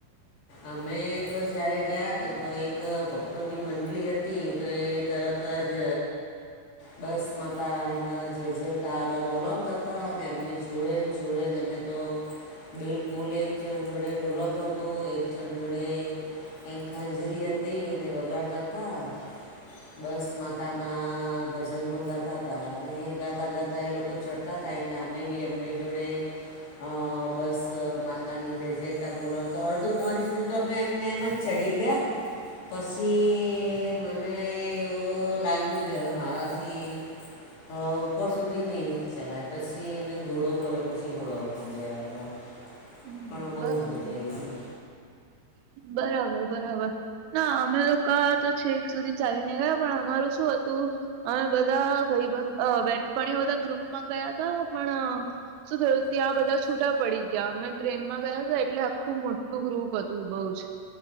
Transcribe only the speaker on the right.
<unintelligible>
બરાબર
બરાબર, બરાબર. ના, અમે લોકો તો છેક સુધી ચાલી ને ગયા, પણ અમારું શું હતું. અમે બધા ભાઈબંધ બેનપણી બધા ગ્રુપમાં ગયા હતા, પણ શું ગયા? ત્યાં બધા છૂટા પડી ગયા, અમે ટ્રેનમાં ગયા હતા, એટલે આખું મોટું ગ્રુપ હતું. બહુ જ